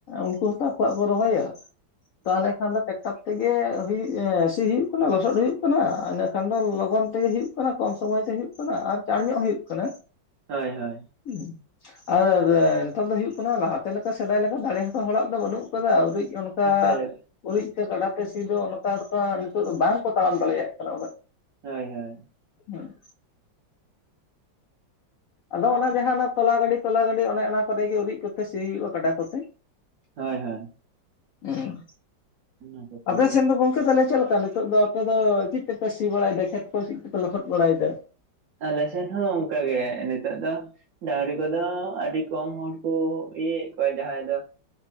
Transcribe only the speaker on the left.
ᱩᱱᱠᱩ ᱦᱚᱸᱛᱚ, ᱟᱠᱚᱣᱟᱜ ᱠᱚ, ᱨᱚᱦᱚᱭᱟ ᱾ ᱛᱟᱦᱚᱞᱮ ᱠᱷᱟᱱ ᱫᱚ ᱴᱟᱠ ᱛᱮᱜᱮ, ᱦᱩᱭᱩ ᱥᱤ ᱦᱩᱭᱩᱜ ᱠᱟᱱᱟ, ᱞᱚᱥᱚᱫ ᱦᱩᱭᱩᱜ ᱠᱟᱱᱟ ᱾ ᱠᱷᱟᱱ ᱫᱚ, ᱞᱚᱜᱚᱱ ᱛᱮᱜᱮ ᱦᱩᱭᱩᱜ ᱠᱟᱱᱟ, ᱠᱚᱢ ᱥᱚᱢᱚᱭ ᱛᱮ ᱦᱩᱭᱩᱜ ᱠᱟᱱᱟ ᱾ ᱟᱨ ᱪᱟᱲ ᱧᱚᱜ ᱦᱩᱭᱩᱜ ᱠᱟᱱᱟ ᱾
ᱩᱸᱲ ᱟᱼᱨᱮᱨᱮ, ᱱᱮᱛᱟᱝ ᱫᱚ ᱦᱩᱭᱩᱜ ᱠᱟᱱᱟ, ᱞᱟᱦᱟᱛᱮ ᱞᱮᱠᱟ, ᱥᱮᱫᱟᱭ ᱞᱮᱠᱟ, ᱫᱟᱲᱮ ᱦᱚᱸᱛᱚ, ᱦᱚᱲᱟᱜ ᱫᱚ ᱵᱟᱹᱱᱩᱜ ᱾ ᱚᱠᱟ ᱨᱮ ᱟᱹᱣᱩᱨᱤᱡ ᱚᱱᱠᱟ
ᱩᱨᱤᱡᱛᱮ, ᱠᱟᱰᱟᱛᱮ, ᱥᱤ ᱫᱚ, ᱱᱚᱝᱠᱟ, ᱱᱚᱝᱠᱟ ᱱᱤᱛᱚᱜ ᱫᱚ, ᱵᱟᱝ ᱠᱚ, ᱛᱟᱲᱟᱢ ᱫᱟᱲᱮᱭᱟᱜ ᱠᱟᱱᱟ, ᱩᱱᱟᱹᱜ ᱾
ᱚᱸ ᱟᱫᱚ ᱚᱱᱟ ᱡᱟᱦᱟᱸ ᱚᱱᱟ ᱛᱚᱞᱟ ᱜᱟᱹᱰᱤ ᱛᱚᱞᱟ ᱜᱟᱹᱰᱤ ᱚᱱᱮ ᱚᱱᱟ ᱠᱚᱨᱮ ᱜᱮ ᱩᱨᱤᱡ ᱠᱚᱛᱮ ᱥᱤ ᱦᱩᱭᱩᱜᱼᱟ ᱠᱟᱰᱟ ᱠᱚᱛᱮ᱾
ᱦᱮᱸ
ᱟᱯᱮ
ᱥᱮᱱ ᱫᱚ ᱜᱚᱝᱠᱮ ᱛᱟᱞᱮ ᱪᱮᱜ ᱞᱮᱠᱟ? ᱛᱚᱜ ᱫᱚ ᱟᱯᱮ ᱫᱚ ᱪᱮᱜ ᱛᱮᱯᱮ ᱥᱤ ᱵᱟᱲᱟᱭᱫᱟ ᱠᱷᱮᱛ ᱠᱚ ᱪᱮᱜ ᱛᱮᱯᱮ ᱞᱚᱥᱚᱫ ᱵᱟᱲᱟᱭᱫᱟ?